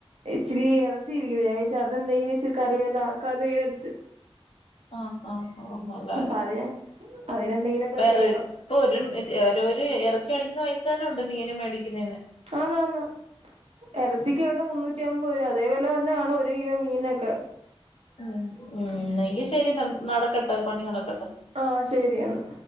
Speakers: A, on the right (about 80°); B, on the left (about 65°).
A: ഇച്ചിരി എറച്ചി ഇരിക്കുന്ന് ഞാൻ വിചാരിച്ചു അതെന്തെങ്കിലും ഇച്ചിരി കറി വെല്ലാം ആക്കാന്ന് വിചാരിച്ച്
B: ആഹ് ആഹ് ആഹ് നല്ല കാര്യം
A: അപ്പൊ അതയാ അതിനെന്തെങ്കിലൊക്കെ
B: വേറെ
A: ചെയ്യണം
B: ഇപ്പൊ ഒരും ചെലോല് എറച്ചി മേടിക്കുന്ന പൈസ തന്നെ ഒണ്ട് മീനും മേടിക്കുന്നേന്
A: ആന്നാന്ന് എറ ച്ചിക്ക് ആട്ടെ മുന്നൂറ്റി അമ്പത് രൂവ അതേ വെല തന്നെ ആണ് ഒരു കിലോ മീൻനൊക്കെ
B: ഉം ഉം എങ്കി ശരി ത നടക്കട്ടെ പണി നടക്കട്ടെ
A: ആഹാ ശരി അന്നാ